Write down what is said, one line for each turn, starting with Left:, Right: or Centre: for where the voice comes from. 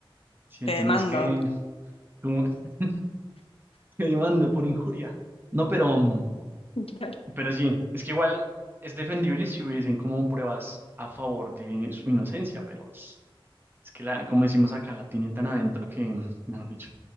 Right: Sí,
Left: te
Right: el
Left: demando.
Right: tema es que tú <laughs> te demando por injuria. No, pero, mm,
Left: Claro,
Right: pero sí, es que igual es defendible si hubiesen como pruebas a favor de su inocencia, pero es que la, como decimos acá, la tiene tan adentro que, mejor dicho,